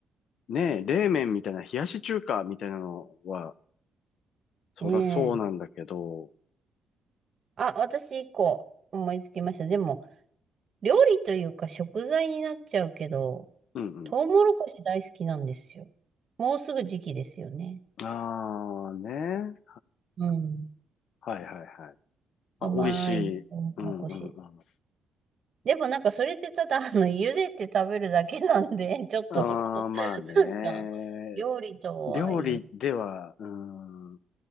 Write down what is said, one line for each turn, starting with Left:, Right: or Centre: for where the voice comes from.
Left: ね、冷麺みたいな、冷やし中華みたいなのは、そらそうなんだけど、
Right: ねえ。あ、私一個思いつきました。でも、料理というか食材になっちゃうけど、
Left: うんう
Right: トウモロコシ大好きなんですよ。もうすぐ時期ですよね。
Left: ん。ああ、ね。
Right: うん。
Left: はいはいはい。
Right: 甘いトウモロコシ。
Left: まあ、美味しい。うんうんうん。
Right: でもなんかそれってただ、あの、茹でて食べるだけなんで、<laughs> ちょっと、
Left: ああ、まあね。
Right: なんか、料理とはいえ、
Left: 料理では、うーん、